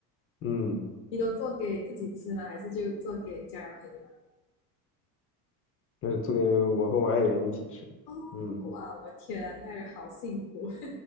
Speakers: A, on the left; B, on the left.
A: 嗯，
B: 你都做给自己吃吗？还是就做给家人朋友？
A: 那是做给我和我爱人一起吃，
B: 哦，
A: 嗯，
B: 哇，我天啊，你爱人好幸福。